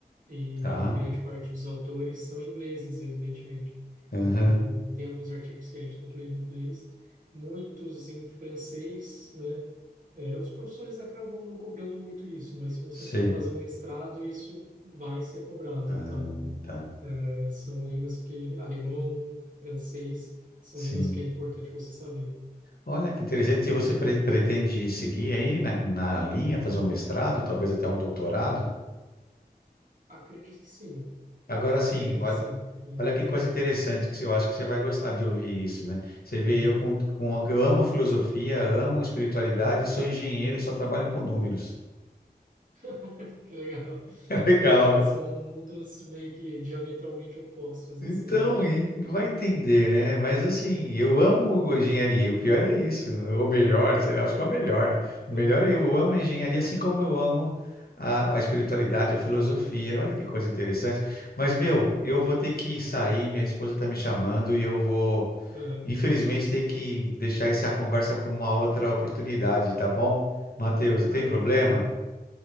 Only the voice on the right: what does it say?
E
grande parte dos autores são ingleses, evidentemente.
Então, tem alguns artigos que a gente tem que ler em inglês, muitos em francês, né? É, os professores acabam não cobrando muito isso, mas se você
for fazer um mestrado, isso vai ser cobrado.
Então,
é, são línguas que, alemão, francês, são
línguas que é importante você saber.
Acredito que sim,
acredito
que sim, em algum
momento
sim.
Uhum,
uhum.
<laughs> Que legal.
É,
é, são mundos meio que diametralmente opostos, assim,
né?
Uhum,
uhum,
que legal.
Uhum.
Ah,
não,
claro.